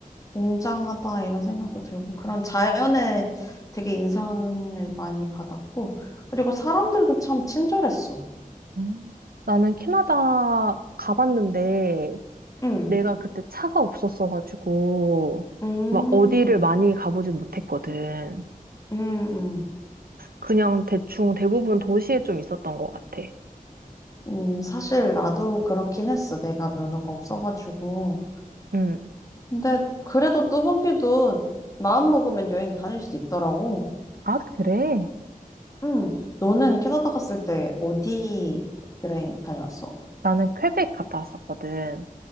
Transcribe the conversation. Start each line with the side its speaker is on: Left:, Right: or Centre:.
Left: 웅장하다 이런 생각도 들고, 그런 자연에 되게 인상을 많이 받았고, 그리고 사람들도 참 친절했어.
Right: 음. 나는 캐나다 가봤는데,
Left: 응,
Right: 내가 그때 차가 없었어가지고,
Left: 음,
Right: 막 어디를 많이 가보진 못했거든.
Left: 음, 음,
Right: 그냥 대충 대부분 도시에 좀 있었던 것 같아.
Left: 음, 사실 나도 그렇긴 했어. 내가 면허가 없어가지고.
Right: 응.
Left: 근데 그래도 뚜벅이도 마음 먹으면 여행 다닐 수 있더라고.
Right: 아, 그래?
Left: 응. 너는 캐나다 갔을 때 어디 여행 다녀왔어?
Right: 나는 퀘벡 갔다 왔었거든.